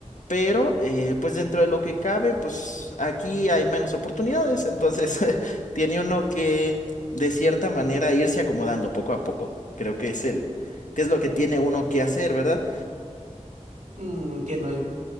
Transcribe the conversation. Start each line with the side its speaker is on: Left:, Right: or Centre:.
Left: Pero, eh, pues dentro de lo que cabe, pues aquí hay menos oportunidades, entonces <laughs> tiene uno que, de cierta manera, irse acomodando poco a poco. Creo que es el, que es lo que tiene uno que hacer, ¿verdad?
Right: Mm, entiendo, el,